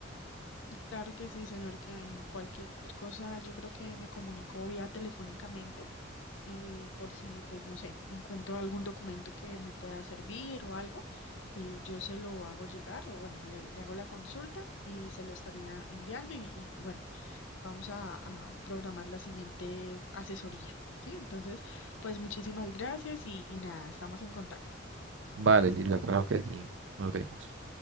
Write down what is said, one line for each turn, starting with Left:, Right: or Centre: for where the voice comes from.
Left: Claro que sí, señor, que en cualquier cosa yo creo que me comunico vía telefónicamente eh, por si, pues no sé, encuentro algún documento que me pueda servir o algo, eh, yo se lo hago llegar o bueno, le, le hago la consulta y se lo estaría enviando y, y, bueno, vamos a, a programar la siguiente asesoría, ¿sí? Entonces, pues muchísimas gracias y, y nada, estamos en contacto.
Right: Vale, Silvia, claro que sí. Nos vemos.